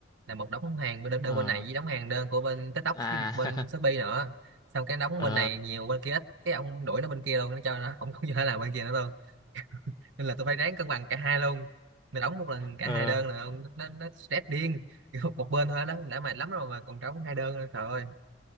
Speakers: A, on the right; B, on the left.
A: là một đóng hàng bên đơn
B: ờ
A: bên này với đóng hàng đơn của bên TikTok
B: à
A: với một bên Shopee
B: <laughs>
A: nữa xong cái đóng
B: ờ
A: bên này nhiều bên kia ít cái ông đuổi nó bên kia luôn nó cho nó không không cho nó làm bên kia nữa luôn nên là tôi phải ráng cân bằng cả hai luôn mà đóng một lần cả
B: ờ,
A: hai đơn là ông- nó nó stress điên kiểu <laughs> một bên thôi đó đã mệt lắm rồi mà còn trống hai đơn nữa, trời ơi